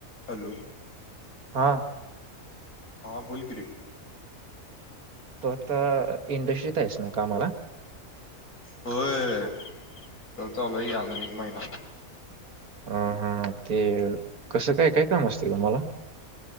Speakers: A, on the left; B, on the right.
A: Hello,
B: हां,
A: हा बोल कि रे.
B: तो आता इंडस्ट्री हाईस नव्ह कामाला?
A: होय तर चालू हाय की अजून एक महिना.
B: हां, हां. ते कसं काय काय काम असतय तुम्हाला?